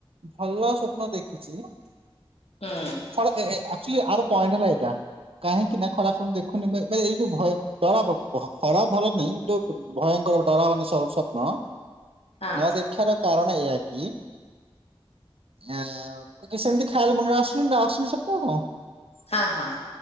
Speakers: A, on the right; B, on the left.
A: ଭଲ ସ୍ୱ ପ୍ନ ଦେଖିଚି।
B: ହୁଁ
A: ଆକ୍ଟୁଆଲି ଆର ପଏଣ୍ଟ ହେଲା ଏଇଟା। କାହିଁକି ନା ଖରାପ ଦେଖୁନି, ବ ବ ଏଇ ଯୋଉ ଭୟ ଡର ଖରାପ ଭଲ ନାଇଁ, ଯୋଉ ଭୟଙ୍କର ଡରବନି ସ୍ଵ ସ୍ୱପ୍ନ
B: ହଁ
A: ନ ଦେଖିବାର କାରଣ ଏଇଆ କି ଆ ସେମିତି ଖ୍ୟାଲ୍ ମନରେ ଆସୁନି ଆସୁନି। <unintelligible>
B: ହଁ ହଁ।